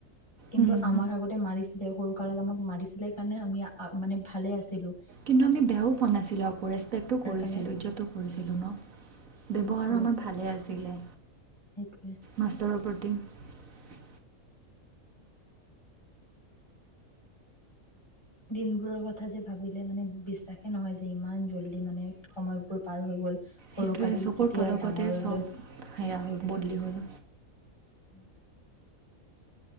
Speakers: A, on the left; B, on the right.
A: কিন্তু
B: উম,
A: আমাক আগতে মাৰিছিলে সৰু কালত আমাক মাৰিছিলে কাৰণে আমি মানে ভালে আছিলোঁ।
B: কিন্তু আমি বেয়াও পোৱা নাছিলো আকৌ ৰেস্পে টো কৰিছিলোঁ
A: কাৰণে
B: ইজ্জটো কৰিছিলোঁ ন? ব্যৱহাৰো
A: সেইটোৱে
B: আমাৰ ভালে আছিলে।
A: সেইটোৱে
B: মাষ্টৰৰ ওপৰত <unintelligible>
A: দিনবোৰৰ কথা যে ভাবিলে মানে বিশ্বাসে নহয় যে ইমান জল্দি মানে সময়বোৰ পাৰ হৈ গ'ল। সৰু
B: সেইটোৱে
A: কালি
B: চকুৰ
A: কেতিয়া
B: পলকতে
A: ডাঙৰলৈ
B: চব সেয়া হ'ল বদলি হ'ল।
A: উম।